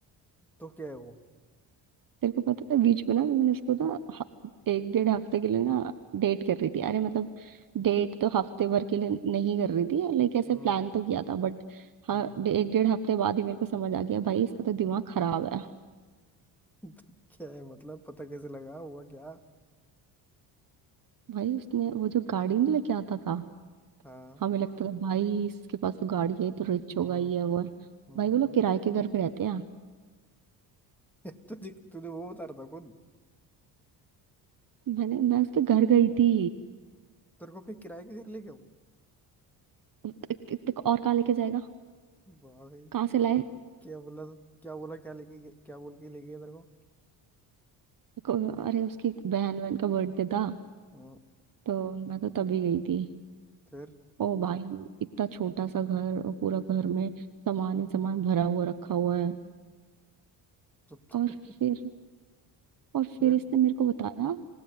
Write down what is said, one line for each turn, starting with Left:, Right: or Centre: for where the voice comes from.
Centre: तो क्या है वो
Right: तेरे को पता है बीच में ना मैंने उसको ना ह- एक डेढ़ हफ्ते के लिए ना डेट कर रही थी अरे मतलब डेट तो हफ्ते भर के लिए नहीं कर रही थी लाइक ऐसे
Centre: हम्म
Right: प्लान तो किया था बट हाँ
Centre: हम्म
Right: डे- एक डेढ़ हफ्ते बाद ही मेरे को समझ आ गया भाई इसका तो दिमाग खराब है
Centre: <laughs> क्या है मतलब पता कैसे लगा हुआ क्या
Right: भाई उसने वो जो गाड़ी नहीं लेके आता था
Centre: हाँ
Right: हमें लगता था भाई इसके पास तो गाड़ी है ये तो रिच
Centre: हम्म
Right: होगा ये है, वो
Centre: हम्म
Right: है।
Centre: हम्म।
Right: भाई वो लोग किराए के घर पे रहते हैं
Centre: <laughs> तुझे तुझे वो बता रहा था खुद
Right: मैंने मैं उसके घर गई थी
Centre: तेरे को अपने किराए के घर ले गया वो
Right: त- त- त- और कहाँ लेके जाएगा
Centre: वाह भाई
Right: कहाँ से लाए
Centre: क्या बोला क्या बोला क्या लेके गया- क्या बोल के ले गया तेरे को
Right: को- अरे उसकी बहन बहन का बर्थडे था
Centre: हम्म
Right: तो मैं तो तभी गई थी
Centre: फिर
Right: ओ भाई इतना छोटा सा घर और पूरा घर में सामान ही सामान भरा हुआ रखा हुआ है
Centre: तो, तो
Right: और
Centre: <laughs>
Right: फिर और फिर
Centre: फिर
Right: इसने मेरे को बताया